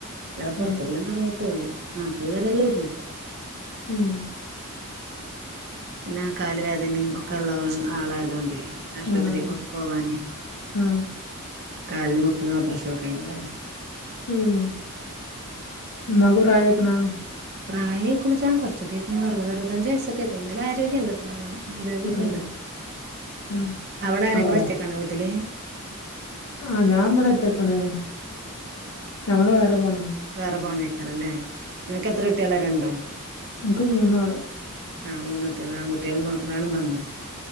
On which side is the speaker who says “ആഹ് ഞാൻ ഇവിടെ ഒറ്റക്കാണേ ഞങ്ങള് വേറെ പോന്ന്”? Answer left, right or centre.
Left